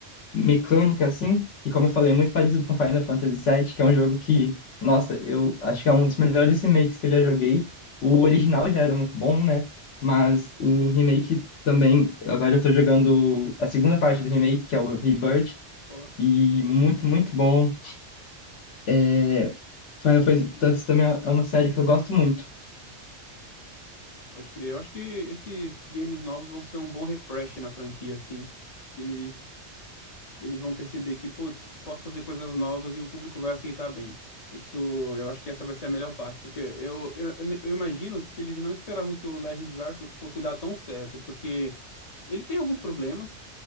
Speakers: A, on the left; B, on the left.
A: mecânica, assim, que como eu falei, é muito parecido com Final Fantasy VII, que é um jogo que, nossa, eu acho que é um dos melhores remakes que eu já joguei. O original já era muito bom, né? Mas o remake também, agora eu tô jogando a segunda parte do remake, que é o Rebirth,
B: Boa.
A: e
B: Boa.
A: muito, muito bom. É... Final Fantasy também é uma série que eu gosto muito.
B: Pode crer. Eu acho que esses games novos vão ser um bom refresh na franquia, assim. Porque eles eles vão perceber que, putz, posso fazer coisas novas e o público vai aceitar bem. Isso, eu acho que essa vai ser a melhor parte, porque eu, eu, eu imagino que eles não esperavam que o Legend of Arceus fosse dar tão certo, porque ele tem alguns problemas,